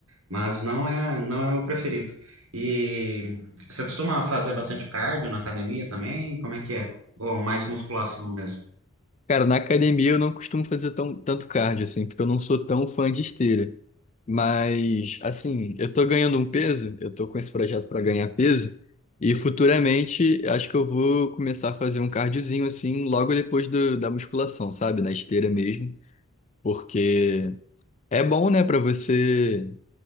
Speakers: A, on the right; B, on the left.
A: mas não é, não é o meu preferido. E você costuma fazer bastante cardio na academia também? Como é que é? Ou mais musculação mesmo?
B: Cara, na academia eu não costumo fazer tão, tanto cardio, assim, porque eu não sou tão fã de esteira. Mas, assim, eu tô ganhando um peso, eu tô com esse projeto para ganhar peso, e futuramente acho que eu vou começar a fazer um cardiozinho, assim, logo depois do- da musculação, sabe? Na esteira mesmo. Porque é bom, né, pra você.